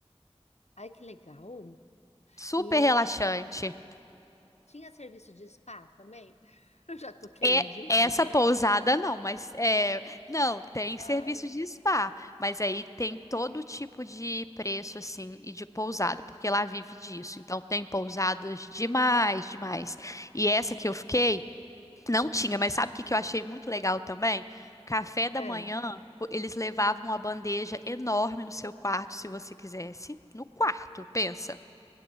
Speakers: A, on the left (about 85°); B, on the left (about 30°).
A: ai, que legal.
B: Super
A: E,
B: relaxante.
A: e tinha serviço de spa também? <laughs> Eu já tô querendo
B: É
A: demais,
B: essa
A: né?
B: pousada não, mas é, não, tem
A: Ai.
B: serviço de spa, mas aí tem todo tipo de preço assim e de pousada, porque lá vive disso. Então tem pousadas demais, demais. E essa que eu fiquei não tinha, mas sabe o que que eu achei muito legal também? Café da
A: É.
B: manhã, o- eles levavam uma bandeja enorme no seu quarto, se você quisesse, no quarto, pensa.